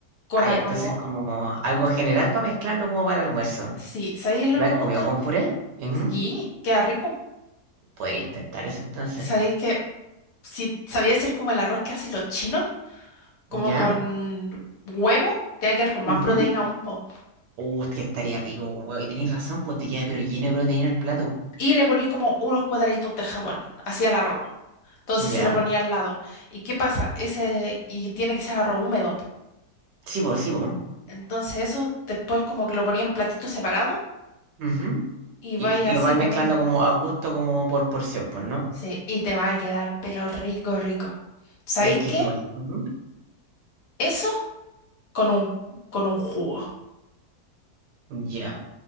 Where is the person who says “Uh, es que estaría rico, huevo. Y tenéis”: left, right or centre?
Right